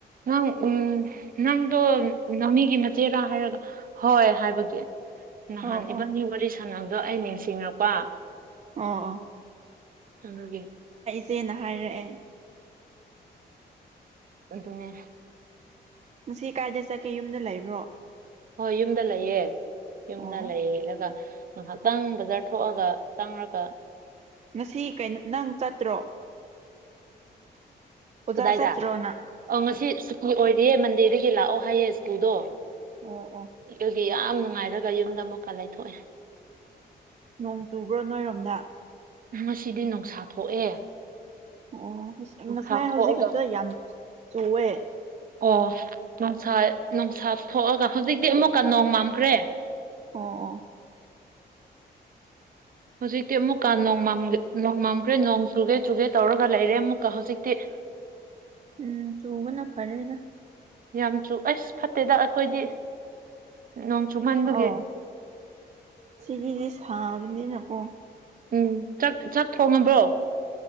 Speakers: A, on the right; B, on the right.
A: ꯅꯪ ꯎ ꯅꯪꯗꯣ ꯉꯃꯤꯒꯤ ꯃꯆꯦꯔ ꯍꯥꯏꯔ ꯍꯣꯏ ꯍꯥꯏꯕꯒꯤ ꯅꯍꯥꯟ
B: ꯑꯣ
A: ꯏꯕꯥꯟꯒꯤ
B: ꯑꯣ
A: ꯋꯥꯔꯤ ꯁꯥꯟꯅꯕꯗꯣ ꯑꯩ ꯅꯤꯡꯁꯤꯡꯉꯛꯄ
B: ꯑꯥ ꯑꯥ
A: ꯆꯪꯒꯦ
B: ꯁꯦꯅ ꯍꯥꯏꯔꯛꯑꯦ
A: ꯑꯗꯨꯗꯨꯅꯦ
B: ꯁꯤ ꯀꯥꯏꯗ ꯆꯠꯀꯦ ꯌꯨꯝꯗ ꯂꯩꯕ꯭ꯔꯣ
A: ꯍꯣꯏ ꯌꯨꯝꯗ ꯂꯩꯌꯦ ꯌꯨꯝꯗ
B: ꯑꯣ
A: ꯂꯩꯌꯦꯦꯔ ꯉꯥꯏꯍꯥꯛ ꯆꯪ ꯕꯖꯥꯔ ꯊꯣꯛꯑꯒ ꯆꯪꯉꯒ
B: ꯉꯁꯤꯩꯅ ꯅꯪ ꯆꯠꯇ꯭ꯔꯣ ꯑꯣꯖꯥ
A: ꯀꯗꯥꯏꯗ
B: ꯆꯠꯇ꯭ꯔꯣꯅ
A: ꯑ ꯉꯁꯤ ꯁꯨꯇꯤ ꯑꯣꯏꯔꯤꯌꯦ ꯃꯟꯗꯦꯗꯒꯤ ꯂꯥꯛꯑꯣ ꯍꯥꯏꯌꯦ ꯁ꯭ꯀꯨꯜꯗꯣ ꯑꯩ
B: ꯑꯣ ꯑꯣ
A: ꯑꯗꯨꯒꯤ ꯌꯥꯝ ꯅꯨꯡꯉꯥꯏꯔꯒ ꯌꯨꯝꯗ ꯑꯃꯨꯛꯀ ꯂꯩꯊꯣꯛꯑꯦ
B: ꯅꯣꯡ ꯆꯨꯕ꯭ꯔꯣ ꯅꯣꯏꯔꯣꯝꯗ
A: ꯉꯁꯤꯗꯤ ꯅꯨꯡꯁꯥ ꯊꯣꯛꯑꯦ
B: ꯑꯣ
A: ꯅꯨꯡꯁꯥ
B: ꯉꯁꯥꯏ
A: ꯊꯣꯛꯑꯒ
B: ꯍꯧꯖꯤꯛ ꯈꯛꯇ ꯌꯥꯝ ꯆꯨꯋꯦ
A: ꯑꯣ ꯅꯨꯡꯁꯥ ꯅꯨꯡꯁꯥ ꯊꯣꯛꯑꯒ ꯍꯧꯖꯤꯛꯇꯤ ꯑꯃꯨꯛꯀ ꯅꯣꯡ ꯃꯝꯈ꯭ꯔꯦ
B: ꯑꯣ ꯑ
A: ꯍꯧꯖꯤꯛꯇꯤ ꯑꯃꯨꯛꯀ ꯅꯣꯡ ꯅꯣꯡꯃꯝꯈ꯭ꯔꯦ ꯅꯣꯡ ꯆꯨꯒꯦ ꯆꯨꯒꯦ ꯇꯧꯔꯒ ꯂꯩꯔꯦ ꯑꯃꯨꯛꯀ ꯍꯧꯖꯤꯛꯇꯤ <inaudible>
B: ꯎꯝ ꯇꯕꯅꯥ ꯐꯔꯦꯅ
A: ꯌꯥꯝ ꯆꯨ ꯑꯁ ꯐꯠꯇꯦꯗ ꯑꯩꯈꯣꯏꯗꯤ ꯅꯣꯡ ꯆꯨꯃꯟꯕꯒꯤ
B: ꯑꯥꯎ ꯁꯤꯒꯤꯗꯤꯦ ꯁꯥꯕꯅꯤꯅꯀꯣ
A: ꯎꯝꯥꯛ ꯆꯥꯛ ꯊꯣꯡꯉꯕ꯭ꯔꯣ